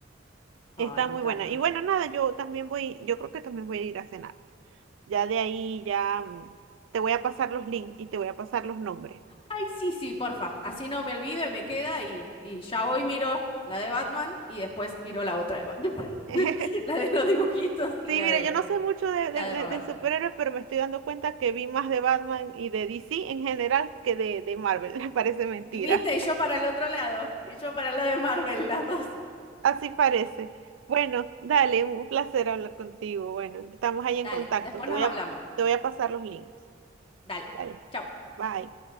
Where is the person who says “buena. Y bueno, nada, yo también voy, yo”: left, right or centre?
Right